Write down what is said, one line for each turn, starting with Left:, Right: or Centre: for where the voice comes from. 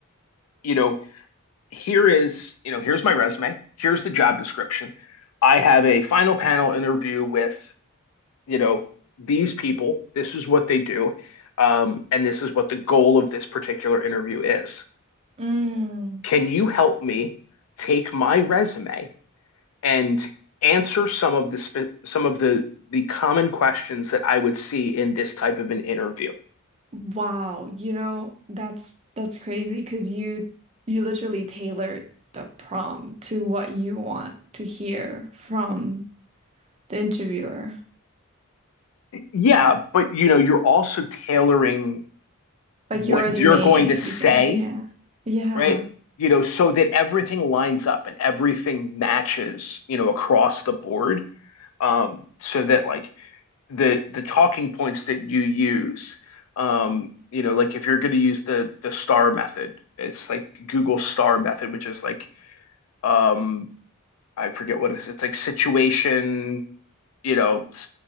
Left: you know, here is, you know, here's my resume, here's the job description. I have a final panel interview with, you know, these people. This is what they do. Um, and this is what the goal of this particular interview is.
Right: Mm.
Left: Can you help me take my resume and answer some of the spe- some of the the common questions that I would see in this type of an interview?
Right: Wow, you know, that's that's crazy because you you literally tailored the prompt to what you want to hear from the interviewer.
Left: Yeah, but you know, you're also tailoring
Right: Like
Left: what
Right: your resume
Left: you're going
Right: and
Left: to
Right: everything.
Left: say,
Right: Yeah. Yeah.
Left: right? You know, so that everything lines up and everything matches, you know, across the board. Um, so that like the the talking points that you use, um, you know, like if you're going to use the the star method, it's like Google star method, which is like um, I forget what it is. It's like situation you know,